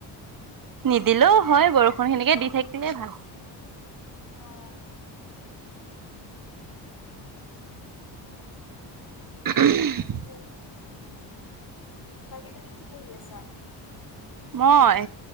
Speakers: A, on the right (about 45°); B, on the left (about 50°).
A: নিদিলেও হয় বৰষুণ। সেনেকে দি থাকিলেই ভাল।
B: অ।
A: হম। <inaudible>
B: এ বাকী তুমি কি পঢ়ি আছা?
A: মই?